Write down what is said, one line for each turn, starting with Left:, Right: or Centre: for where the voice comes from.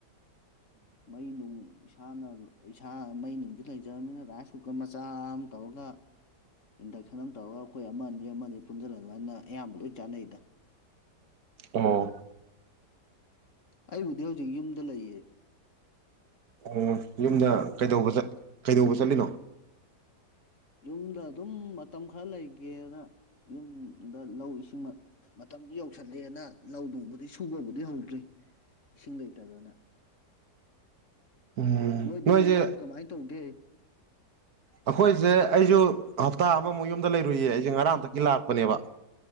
Left: ꯃꯩ ꯅꯨꯡ ꯏꯁꯥꯅ ꯏꯁꯥ ꯃꯩ ꯅꯨꯡꯁꯤ ꯂꯩꯖꯔꯕꯅꯤꯅ ꯔꯥꯏꯁ ꯀꯨꯀꯔ ꯃꯆꯥ ꯑꯃ ꯇꯧꯔꯒ ꯏꯟꯗꯛꯁꯟ ꯑꯃ ꯇꯧꯔꯒ ꯑꯩꯈꯣꯏ ꯑꯃꯅꯤ ꯑ ꯑꯃ ꯑꯅꯤ ꯄꯨꯟꯁꯤꯜꯂ ꯑꯗꯨꯃꯥꯏꯅ ꯑꯌꯥꯝꯕ ꯂꯣꯏ ꯆꯥꯟꯅꯩꯗ
Right: ꯑꯣ
Left: ꯑꯩꯕꯨꯗꯤ ꯍꯧꯖꯤꯛ ꯌꯨꯝꯗ ꯂꯩꯌꯦ
Right: ꯑꯣ
Left: ꯅꯍꯥꯟ
Right: ꯌꯨꯝꯗ
Left: ꯍꯥꯏꯗꯔꯛꯄ
Right: ꯀꯩꯗꯧꯕ ꯀꯩꯗꯧꯕ ꯆꯠꯂꯤꯅꯣ
Left: ꯌꯨꯝꯗ ꯑꯗꯨꯝ ꯃꯇꯝ ꯈꯔ ꯂꯩꯒꯦꯅ ꯌꯨꯝꯗ ꯂꯧ ꯏꯁꯤꯡ ꯃꯇꯝꯗꯨ ꯌꯧꯁꯜꯂꯦꯅ ꯂꯧ ꯅꯨꯡꯕꯨꯗꯤ ꯁꯨꯕꯕꯨꯗꯤ ꯍꯧꯗ꯭ꯔꯤ ꯏꯁꯤꯡ ꯂꯩꯇꯗꯅ
Right: ꯎꯝ
Left: ꯅꯣꯏꯗꯤ
Right: ꯅꯣꯏꯁꯦ
Left: ꯂꯧ ꯀꯃꯥꯏꯅ ꯇꯧꯒꯦ
Right: ꯑꯩꯈꯣꯏꯁꯦ ꯑꯩꯁꯨ ꯍꯞꯇꯥ ꯑꯃꯃꯨꯛ ꯌꯨꯝꯗ ꯂꯩꯔꯨꯏꯌꯦ ꯑꯩꯁꯦ ꯉꯔꯥꯡꯇꯛꯗꯒꯤ ꯂꯥꯛꯄꯅꯦꯕ